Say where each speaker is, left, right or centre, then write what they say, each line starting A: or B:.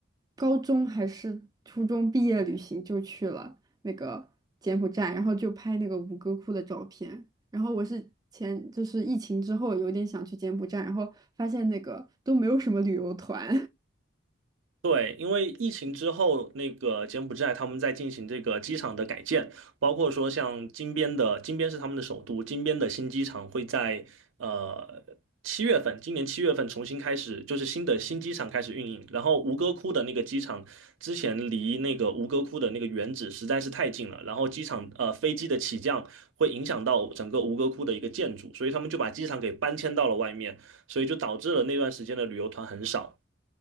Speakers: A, on the right (about 20°); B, on the right (about 75°).
A: 高中还是初中毕业旅行就去了那个柬埔寨，然后就拍那个吴哥窟的照片。然后我是前就是疫情之后有点想去柬埔寨，然后发现那个都没有什么旅游团，
B: 对，因为疫情之后，那个柬埔寨他们在进行这个机场的改建，包括说像金边的，金边是他们的首都，金边的新机场会在呃七月份，今年七月份重新开始，就是新的新机场开始运营。然后吴哥窟的那个机场之前离那个吴哥窟的那个原址实在是太近了，然后机场呃飞机的起降会影响到整个吴哥窟的一个建筑，所以他们就把机场给搬迁到了外面，所以就导致了那段时间的旅游团很少。